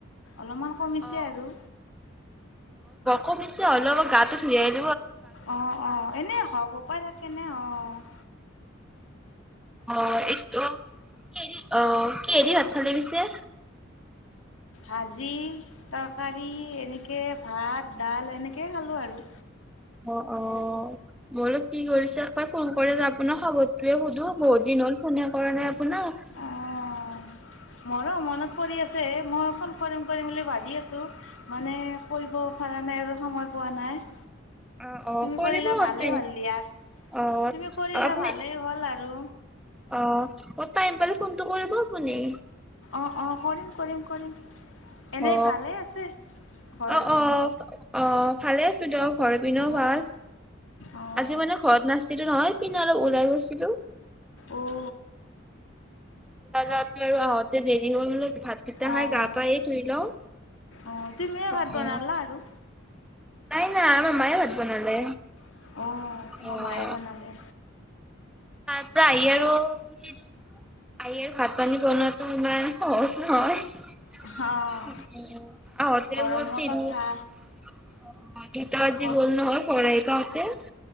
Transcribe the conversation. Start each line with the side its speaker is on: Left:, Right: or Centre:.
Left: অলপমান কমিছে
Centre: অ
Left: আৰু।
Centre: কমি হ'লেও মই গাটো ধুইা আহিলোঁ
Left: অ, অ, এনেই হ উপপায় থাকে নে অ'। <inaudible>
Centre: অ, এইটো এইৰি অ, কিহেদি ভাত ফালে পিছে?
Left: ভাজি তৰকাৰী এনেকৈ ভাত, ডাল এনেকৈ খালোঁ আৰু
Centre: অ' অ' মই বোলো কি কৰিছে একবাৰ ফোন কৰি আপোনাৰ খবৰটোৱে সোধো। বহুত দিন হ'ল ফোনে কৰা নাই আপোনাক।
Left: অ', মোৰো মনত পৰি আছে মই ফোন কৰিম কৰিম বুলি ভাবি আছোঁ মানে কৰিব পৰা নাই আৰু সময় পোৱা নাই।
Centre: অ' অ'
Left: তুমি
Centre: কৰিব
Left: কৰিলা
Centre: সিহঁতে
Left: ভালেই হ'ল দিয়া
Centre: অ'
Left: তুমি কৰিলা
Centre: আপুনি
Left: ভালেই হ'ল আৰু
Centre: অ' অ' টাইম পালে ফোনটো কৰিব আপুনি?
Left: অ'অ' কৰিম- কৰিম -কৰিম। এনেই
Centre: অ'-
Left: ভালেই আছে ঘৰৰ
Centre: অ'-
Left: পিনে
Centre: অ' ন আহ ভালে আছো দিয়ক। ঘৰ পিনেও
Left: অঁ
Centre: ভাল
Left: অঁ
Centre: আজি মানে ঘৰত নাছিলো নহয় এইপিনে অলপ ওলাই গৈছিলো।
Left: অ'
Centre: নাযাৱ যদি আহত। দেৰি হ'ল বোলো ভাতকেইটা
Left: অঁ
Centre: খায় গা-পা এই ধুই লওঁ।
Left: অঁ তুমিয়ে ভাত
Centre: অ'
Left: বনালা আৰু
Centre: নাই আমাৰ মায়ে ভাত বনালে।
Left: অঁ তোমাৰ
Centre: অ'
Left: মায়ে বনালে
Centre: তাৰ পৰা আহি আৰু দেৰি হয়। আহি আৰু ভাত পানী বনোৱাত ইমান সহজ নহয়।
Left: অ'
Centre: আহোতে
Left: গৰমৰ
Centre: মোৰ তিনি
Left: কথা
Centre: অ দুটা বজি
Left: গ
Centre: গ'ল নহয় ঘৰ আহি পাওঁতে। হে <inaudible>